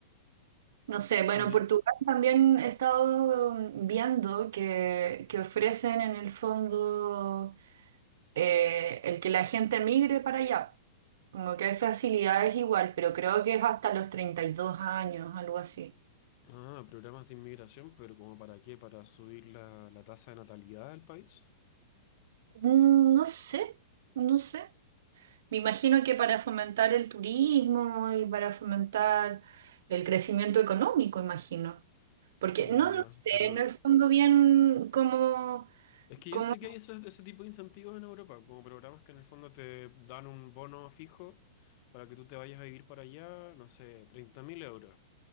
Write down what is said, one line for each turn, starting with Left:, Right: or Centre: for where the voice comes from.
Right: No sé, bueno,
Left: Ye-
Right: Portugal también he estado mm, viendo que, que ofrecen en el fondo eh, el que la gente migre para allá. Como que hay facilidades igual, pero creo que es hasta los 32 años, algo así.
Left: ah, programas de inmigración, pero ¿como para qué? ¿Para subir la, la tasa de natalidad del país?
Right: Mm, No sé, no sé. Me imagino que para fomentar el turismo y para fomentar el crecimiento económico, imagino. Porque
Left: Mm,
Right: no,
Left: ya,
Right: no sé
Left: pero
Right: en el fondo bien cómo,
Left: es que
Right: cómo
Left: yo sé que hay esos- ese tipo de incentivos en Europa, como programas que en el fondo te dan un bono fijo para que tú te vayas a vivir para allá, no sé, 30.000 euros